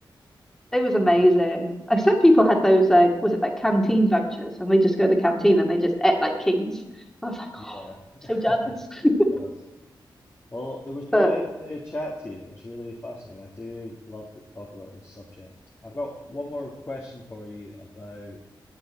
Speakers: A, in the centre; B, on the left.
A: it was amazing.
B: Right.
A: Like some people had those uh, was it like canteen vouchers, and they just go to the canteen and they just ate like kings. I was like, oh,
B: Yeah.
A: so jealous.
B: <laughs>
A: <laughs>
B: Jealous. Well, it was brilliant
A: But
B: to chat to you. It was really fascinating. I do love to talk about this subject. I've got one more question for you about